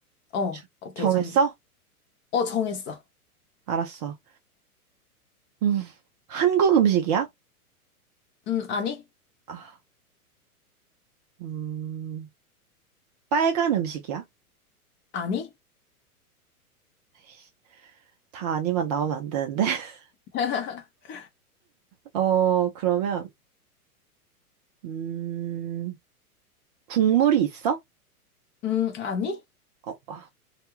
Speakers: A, on the left; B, on the right.
A: 어,
B: 주-
A: 오케이,
B: 정했어?
A: 잠. 어, 정했어.
B: 알았어. 음, 한국 음식이야?
A: 음, 아니?
B: 아, 음, 빨간 음식이야?
A: 아니?
B: 에이씨, 다 아니만 나오면 안 되는데. <laughs>
A: <laughs>
B: 어, 그러면, 음, 국물이 있어?
A: 음, 아니?
B: 어, 어.